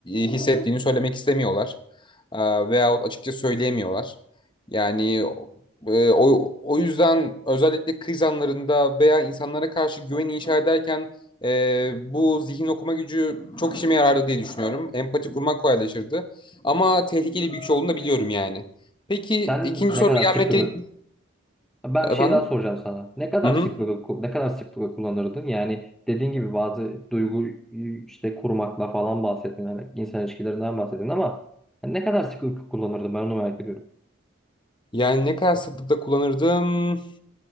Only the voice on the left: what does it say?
e, hissettiğini söylemek istemiyorlar. Aa, veyahut açıkça söyleyemiyorlar. Yani e, o, o yüzden özellikle kriz anlarında veya insanlara karşı güven inşa ederken e, bu zihin okuma gücü çok işime yarardı diye düşünüyorum. Empati kurmak kolaylaşırdı. Ama tehlikeli bir güç olduğunu da biliyorum yani. Peki
ikinci
Ha.
gelmek
gerekir
efendim.
Hı hı.
Yani ne kadar sıklıkla kullanırdım?